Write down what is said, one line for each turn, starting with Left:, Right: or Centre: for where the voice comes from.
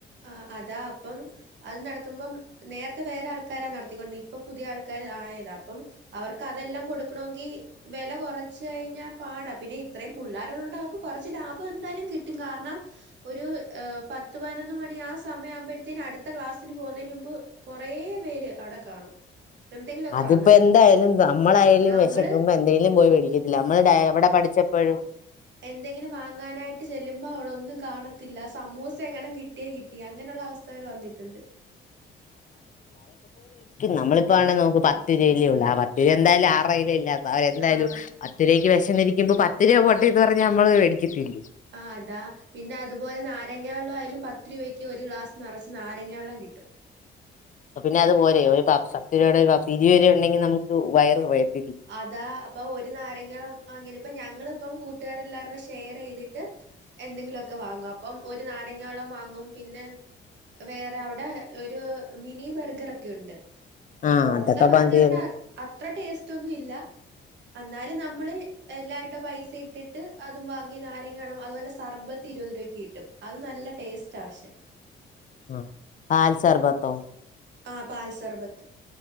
Right: ആഹ് അതാ അപ്പം അത് നടത്തുമ്പം നേർ വേറെ ആൾക്കാര നടത്തികൊണ്ടിരുന്നെ ഇപ്പൊ പുതിയ ആൾക്കർ ആയത അപ്പം അവർക്ക് അതെല്ലാം കൊടുക്കണെങ്കി വില കുറച്ച് കഴിഞ്ഞാൽ പാടാ പിന്നെ ഇത്രയും പുള്ളോരുള്ളോണ്ട് അവർക്ക് കുറച്ച് ലാഭം എന്തായാലും കിട്ടും കാരണം ഒരു പത്ത് പതിനൊന്നു മണി ആ സമയം ആവുമ്പോഴത്തേന് അടുത്ത ക്ലാസ്സിന് പോകുന്നതിന് മുമ്പ് കുറേ പേര് അവിടെ കാണും എന്തെങ്കിലുമൊക്കെ
Left: അതിപ്പോ
Right: വാങ്ങാൻ
Left: എന്തായാലും നമ്മളായാലും
Right: നമ്മള്
Left: വിശക്കുമ്പോ എന്തെങ്കലും പോയി മേടിക്കത്തില്ലെ നമ്മള് എവിടെ പഠിച്ച എപ്പഴാ
Right: എന്തെങ്കിലും വാങ്ങാനായിട്ട് ചെല്ലുമ്പോൾ അവിടൊന്നും കാണത്തില്ല സമൂസ എങ്ങനും കിട്ടിയാ കിട്ടി അങ്ങനെയുള്ള അവസ്ഥ വരെ വന്നിട്ടുണ്ട്
Left: നമ്മളിപ്പാണെേ നോക്ക് പത്ത് രൂപയല്ലേ ഉള്ള ആ പത്ത് രൂപ എന്തായാലും ആർടെ കൈയിലാ ഇല്ലാത്തെ അപ്പം എന്തായാലും
Right: ആഹ്
Left: പത്ത് രൂപയ്ക്ക് വിശനിരിക്കുമ്പോ പത്ത് രൂപ പൊട്ട് എന്നു പറഞ്ഞു നമ്മളെ മേടിക്കത്തില്ലേ
Right: ആഹ് അതാ പിന്നെ അതുപോലെ നാരങ്ങ വെള്ളം ആയാലും പത്ത് രൂപയ്ക്ക് ഒരു ഗ്ലാസ് നറച്ച് നാരങ്ങ വെള്ളം കിട്ടും
Left: അപ്പം പിന്നെ അതു പോര പത്തു രൂപടെ ഒരു പ ഇരുപതു രൂപ ഉണ്ടെങ്കിൽ നമുക്ക് വയറു നിറയും
Right: അതാ അപ്പൊ ഒരു നാരങ്ങ വാങ്ങിത് അപ്പൊ ഞങ്ങളിപ്പം കൂട്ടുകാരെല്ലാവരുടെ ഷെയർ ചെയ്തിട്ട് എന്തെങ്കിലുവൊക്കെ വാങ്ങും അപ്പം ഒരു നാരങ്ങവെള്ളം വാങ്ങും പിന്നെ വേറെ അവിടെ ഒരു മിനി ബർഗറൊക്കെ ഉണ്ട്
Left: ആഹ്
Right: പൊറത്തെ
Left: അതൊക്കെ
Right: ബർഗറിന്റെ
Left: മതിയല്ലോ
Right: അത്ര ടേസ്റ്റ് ഒന്നും ഇല്ല എന്നാലും നമ്മള് എല്ലാവരുടെ പൈസ ഇട്ടിട്ട് അതും വാങ്ങി നാരങ്ങാവെള്ളം അതുപോലെ സർബത്തിരുപതു കിട്ടും അത് നല്ല ടേസ്റ്റ് പക്ഷേ
Left: ഉം പാൽസർബത്തോ
Right: ആഹ് പാൽ സർബത്ത്